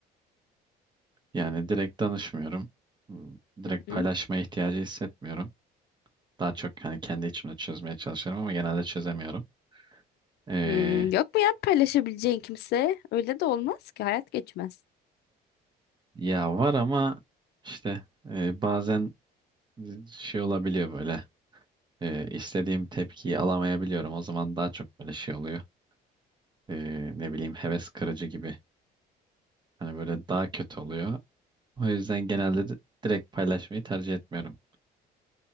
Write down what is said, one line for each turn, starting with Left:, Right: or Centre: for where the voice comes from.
Right: yani direkt danışmıyorum. Hmm, Direkt
Left: Hı?
Right: paylaşmaya ihtiyacı hissetmiyorum. Daha çok hani kendi içimde çözmeye çalışıyorum ama genelde çözemiyorum. E,
Left: Hmm, yok mu ya paylaşabileceğin kimse? Öyle de olmaz ki hayat geçmez.
Right: ya var ama işte e, bazen şey olabiliyor böyle e, istediğim tepkiyi alamayabiliyorum. O zaman daha çok böyle şey oluyor. e, ne bileyim heves kırıcı gibi. Hani böyle daha kötü oluyor. O yüzden genelde de direkt paylaşmayı tercih etmiyorum.